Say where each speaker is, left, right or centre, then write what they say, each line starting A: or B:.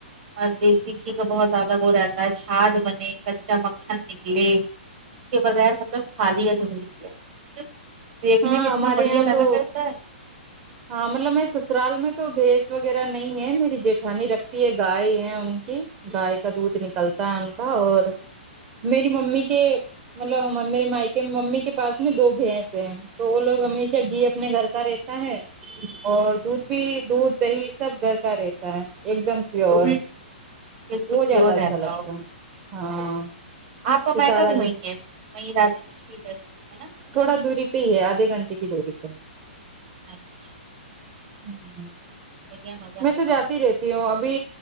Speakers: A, on the right; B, on the right.
A: اور دیسی گھی کا بہت زیادہ وہ رہتا ہے چھاھ بنے کچا مکھن نکلے اسکے بگیر مطلب ہے <unintelligible> دیکھنے
B: ہاں
A: میں اتنا
B: ہمارے
A: بڑھیا
B: یہاں
A: لگا
B: تو
A: کرتا ہے
B: ہاں مطلب میں سسرال میں تو بھیس وغیرہ نہیں ہے میری جیٹھانی رکھتی ہے گائے ہے ان کی گائے کا دودھ نکلتا ہے ان کا اور میری ممی کے مطلب میرے مائیکے ممی کے پاس میں دو بھیس ہیں تو وہ لوگ ہمیشہ گھی اپنے گھر کا رہتا ہے اور دودھ بھی دودھ دہی سب گھر کا رہتا ہے ایک دم پیور
A: وہ بھی بالکل
B: وہ زیادہ
A: پیور
B: اچھا
A: رہتا
B: لگتا
A: ہو
B: ہے ہاں
A: <unintelligible>
B: کہ سارا گھر- نا دوری پے ہی ہے آھے گھنٹے کی دوری پے
A: اچھا
B: ہوں
A: بڑھیا مزہ
B: میں
A: آتا
B: تو جاتی
A: ہو
B: رہتی ہوں ابھی